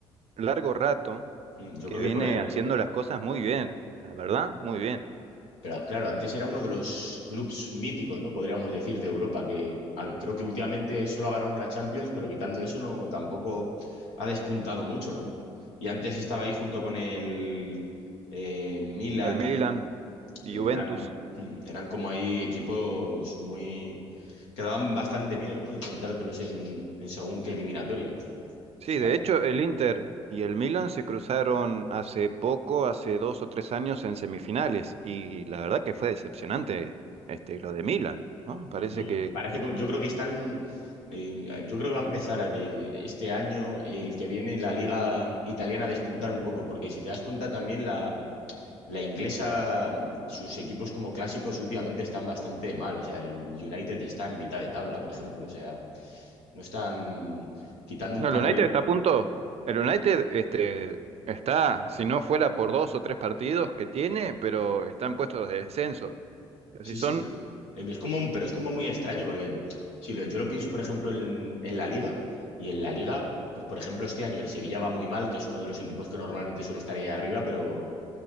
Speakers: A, on the right (about 45°); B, on the left (about 80°).
A: largo rato,
B: mm, yo
A: que
B: creo
A: viene
B: que por el,
A: haciendo las cosas muy bien, la verdad, muy bien.
B: Pero claro, antes era uno de los clubes míticos, ¿no? Podríamos decir, de Europa, que ah, creo que últimamente solo ha ganado una Champions, pero quitando eso no tampoco ha despuntado mucho, ¿no? Y antes estaba ahí junto con el eh, Milan
A: El Milan
B: y
A: y
B: eh,
A: Juventus
B: eran, mm, eran como ahí equipos muy que daban bastante miedo, ¿no? Encontrártelos en, en según qué eliminatoria.
A: Sí,
B: O sea
A: de hecho,
B: que.
A: el Inter y el Milan se cruzaron hace poco, hace dos o tres años en semifinales,
B: mm.
A: y la verdad que fue decepcionante este, lo de Milan, ¿no? Parece
B: Yo,
A: que...
B: parece que yo creo que están, eh, yo creo que va a empezar de este año, el que viene, la liga italiana a despuntar un poco, porque si te das cuenta también la, la inglesa, sus equipos como clásicos últimamente están bastante mal, o sea, el United está en mitad de tabla, por ejemplo, o sea, no están quitando
A: No,
B: un par
A: el United
B: de...
A: está a punto... El United este, está, si no fuera por dos o tres partidos que tiene, pero está en puestos de descenso. Así
B: Sí,
A: son...
B: sí, pero em, es como, pero es como muy extraño, porque si lo- yo lo pienso, por ejemplo, en, en la Liga, y en la Liga, pues por ejemplo, este año el Sevilla va muy mal, que es uno de los equipos que normalmente suele estar ahí arriba, pero